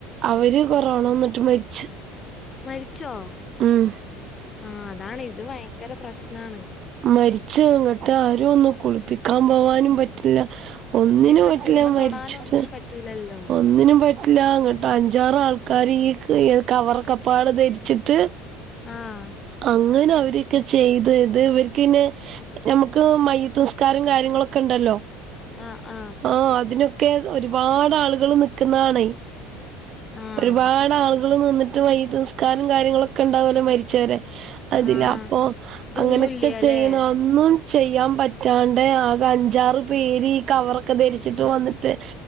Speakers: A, on the right; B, on the left.
A: അവര് കൊറോണ വന്നിട്ട് മര്ച്ച്
B: മരിച്ചോ
A: ഉം
B: ആഹ്‌ അതാണ്, ഇത് വയങ്കര പ്രശ്നാണ്
A: മര്ച്ച് ങ്ങട്ടാരു ഒന്ന് കുളിപ്പിക്കാൻ പോവാനും പറ്റില്ല ഒന്നിനും
B: പറ്റൂല
A: പറ്റില്ല
B: മ്മ തൊടാനൊന്നിനും
A: മരിച്ചിട്ട്
B: പറ്റൂലല്ലോ
A: ഒന്നിനും പ റ്റില്ല. ങ്ങട്ടഞ്ചാറ് ആൾക്കാര് ഈ കവറക്കപ്പാടെ ധര്ച്ചിട്ട്
B: ആഹ്
A: അങ്ങനെ അവരൊക്കെ ചെയ്തത് കിന്. നമുക്ക് മയ്യത്ത് നിസ്കാരം കാര്യങ്ങളൊക്കെ ഉണ്ടല്ലോ
B: ആഹ് ആഹ്
A: ഓ അതിനൊക്കെ ഒരുപാട് ആളുകൾ നിക്കുന്നതാണേ
B: ആഹ്
A: ഒരുപാട് ആൾ കൾനിന്നിട്ട് മയ്യത്ത്നിസ്കാരം കാര്യങ്ങളൊക്കെ ഉണ്ടാവലെ മരിച്ചവരെ അതില്
B: ആഹ്
A: അപ്പൊ
B: ഇതൊന്നുല്ല്യാല്ലേ
A: അങ്ങനെയൊക്കെ ചെയ്യ്ണ ആൾ ഒന്നും ചെയ്യാൻ പറ്റാണ്ട് ആകെ അഞ്ചാറ് പേര് ഈ കവർഒക്കെ ഒക്കെധരിച്ചിട്ട്
B: ആഹ്
A: വന്നിട്ട്